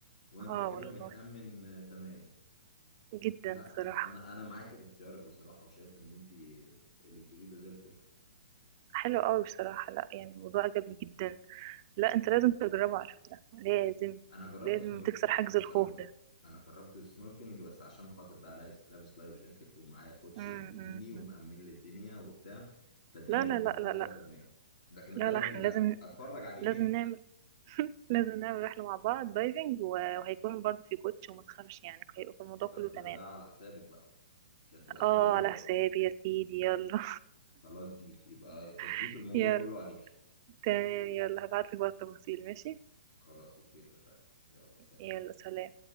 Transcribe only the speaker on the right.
<laughs> اه
والله
جدا
صراحه
حلو قوي بصراحة لا يعني الموضوع عجبني جدا لا انت لازم تجربه على فكرة لازم
لازم
تكسر حاجز
الخوف
ده
مم،
مم، مم.
لا لا
لا لا
لا
لا لا احنا
لازم
لازم نعمل <laughs> لازم نعمل رحلة مع بعض دايفنج و- وهيكون برضو في كوتش وما تخافش يعني هيبقى
الموضوع
كله تمام
اه على
حسابي يا سيدي يلا
<laughs>
يلا
تمام يلا هبعتلك بقى التفاصيل ماشي
يلا سلام